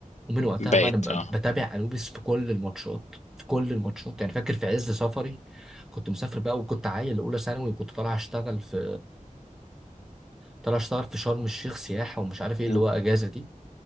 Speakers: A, in the centre; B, on the left.
A: ومن وقتها
B: بقيت
A: بقى انا ب-
B: اه
A: بتابع انوبيس في كل الماتشات في كل الماتشات يعني فاكر في عز سفري كنت مسافر بقى وكنت عيل اولى ثانوي وكنت طالع اشتغل في طالع اشتغل في شرم الشيخ سياحه ومش عارف ايه
B: مم.
A: اللي هو اجازه دي